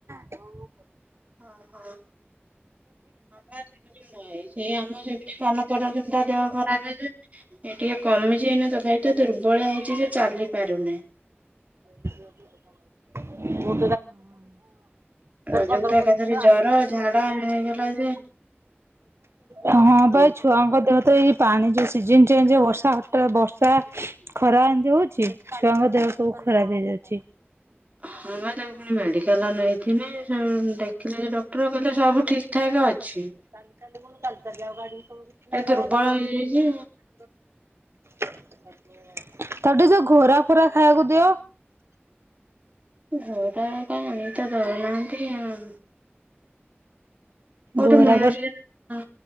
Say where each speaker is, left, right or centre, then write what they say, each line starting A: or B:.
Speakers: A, on the right; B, on the right.
A: ଓହୋଃ।
B: ଅ ହୋ। <inaudible> ସେଇ ଆମର ସେଇ ସାନ ପୁଅଟାର ସେମିତି ତା ଦେହ ଖରାପ ହେଇଯାଏ। ଏ ଟିକେ କମିଚି ଏଇନା ତଥାପିତ ଦୁର୍ବଳିଆ ହେଇଚି ଯେ ଚାଲି ପାରୁନାଇଁ।
A: ହଁ ହଁ।
B: ରଜକୁ
A: ପନ୍ଦରପଡ଼ି
B: ତ ଏକାଥରେ
A: <unintelligible>
B: ଜର ଝାଡା ହେଇଗଲା ଯେ
A: ହଁଅଁ
B: ହଁ
A: ପା ଛୁଆଙ୍କ ଦେହ ତ ଏଇ ପାଣି ଯେ ସିଜିନ୍ ଚେଞ୍ଜ ବର୍ଷା ହଟା ବର୍ଷା ଖରା ଏମତି ହଉଛି ଛୁଆଙ୍କ ଦେହ ସବୁ ଖରାପ୍ ହେଇଯାଉଛି।
B: ହଁ ମ ତାକୁ ଫୁଣି ମେଡିକାଲ ନେଇଥିନେ ସେ ଉଁ ଦେଖିଲେ ଯେ ଡକ୍ଟର କହିଲେ ସବୁ ଠିକ୍ ଠାକ୍ ଅଛି।
A: ଚାଲି ଚାଲି କଣ? ଚାଲି ଚାଲି ଆଉ ଗାଡି ଉଠୋଉନି
B: ଏ ଦୁର୍ବଳ
A: <unintelligible>
B: ହେଇଯାଇଛି।
A: ତାକୁଟିଏ ଯୋଉ ଘୋରା ଫୋରା ଖାଇଆକୁ ଦିଅ।
B: ଘୋର କାଇଁ ଆଣିକିତ ଦୋଉନାହାନ୍ତି ଆଉ। କୋଉଠି
A: ଘୋରା
B: ମିଳୁଛି
A: ଫୋ
B: ହଁ